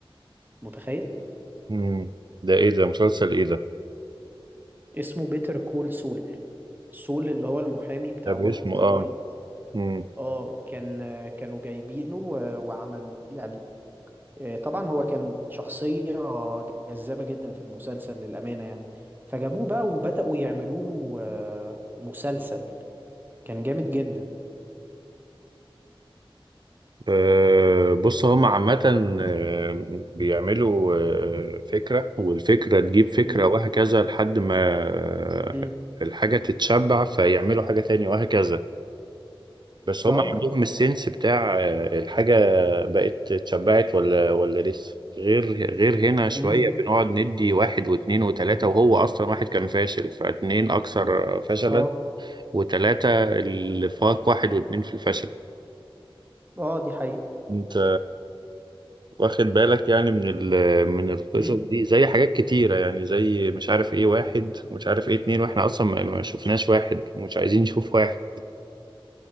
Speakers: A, on the right; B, on the right.
A: متخيل
B: مم. ده ايه ده مسلسل ايه ده
A: اسمه بيتر كول سول سول اللي هو المحامي بتاع
B: ده
A: والتر
B: باسمه اه
A: وايت
B: مم.
A: اه كان آه، كانوا جايبينه آه، وعمل يعني آه، طبعا هو كان شخصية جذابة جدا في المسلسل للأمانة يعني فجابوه بقى وبدأوا يعملوا له آه، مسلسل كان جامد جدا
B: آه، بص هم عامة آه، بيعملوا آه، فكرة والفكرة تجيب فكرة
A: امم
B: وهكذا لحد ما آه،
A: امم
B: الحاجة تتشبع فيعملوا حاجة تانية وهكذا بس
A: اه
B: هم عندهم السنس بتاع آه، الحاجة بقت اتشبعت ولا ولا لسه غير غير هنا شوية
A: امم
B: بنقعد ندي واحد واتنين وتلاتة وهو أصلا واحد كان فاشل فاتنين أكثر فشلا
A: اه
B: وتلاتة اللي فاق واحد واتنين في الفشل
A: اه دي حقيقة
B: أنت واخد بالك يعني من ال من القصص
A: امم
B: دي زي حاجات كتيرة يعني زي مش عارف إيه واحد ومش عارف إيه اتنين وإحنا أصلا ما ما شفناش واحد ومش عايزين نشوف واحد